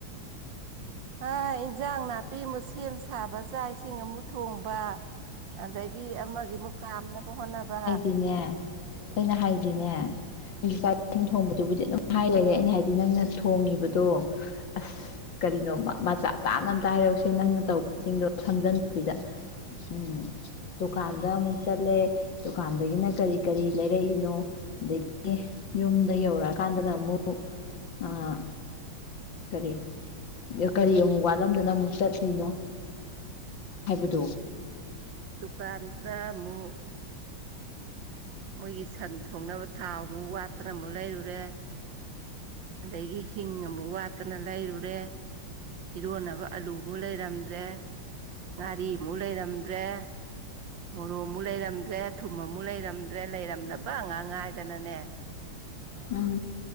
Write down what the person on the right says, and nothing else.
ꯍꯥ ꯏꯟꯖꯥꯡ ꯅꯥꯄꯤ ꯑꯃꯨꯛ ꯁꯦꯝ ꯁꯥꯕ ꯆꯥꯛ ꯏꯁꯤꯡ ꯑꯃꯨꯛ ꯊꯣꯡꯕ ꯑꯗꯒꯤ ꯑꯃꯒꯤꯃꯨꯛ ꯀꯥꯝꯅꯕ ꯍꯣꯠꯅꯕ
ꯇꯗꯨꯀꯥꯟ ꯔ ꯃꯨ ꯃꯣꯏꯒꯤ ꯁꯟ ꯊꯣꯡꯅꯕ ꯊꯥꯎ ꯑꯃꯨꯛ ꯋꯥꯠꯇꯅ ꯑꯃꯨꯛ ꯂꯩꯔꯨꯔꯦ ꯑꯗꯒꯤ ꯍꯤꯡ ꯑꯃꯨꯛ ꯋꯥꯠꯇꯅ ꯂꯩꯔꯨꯔꯦ ꯏꯔꯣꯟꯅꯕ ꯑꯂꯨꯃꯨꯛ ꯂꯩꯔꯝꯗ꯭ꯔꯦ ꯉꯥꯔꯤꯃꯨꯛ ꯂꯩꯔꯝꯗ꯭ꯔꯦ ꯃꯣꯔꯣꯛ ꯑꯃꯨꯛ ꯂꯩꯔꯝꯗ꯭ꯔꯦ ꯊꯨꯝ ꯑꯃꯨ ꯂꯩꯔꯝꯗ꯭ꯔꯦ ꯂꯩꯔꯝꯗꯕ ꯑꯥꯡ ꯉꯥꯏꯗꯅꯅꯦ